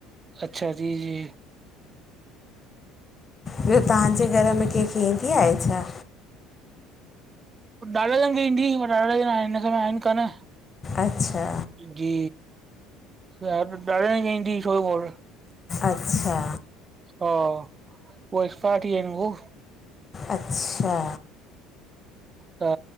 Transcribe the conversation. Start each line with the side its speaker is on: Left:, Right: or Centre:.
Right: अच्छा जी जी
Left: ॿियो तव्हांजे घर में कंहिंखे ईंदी आहे छा?
Right: ॾाॾाजन खे ईंदी, पर ॾाॾा जण हिन समय आहिनि कान।
Left: अच्छा
Right: जी, ॾाॾा जनि खे ईंदी हुइ थोरोबहु
Left: अच्छा
Right: हा, हू एक्सपायर थी विया आहिनि हू
Left: अच्छा
Right: त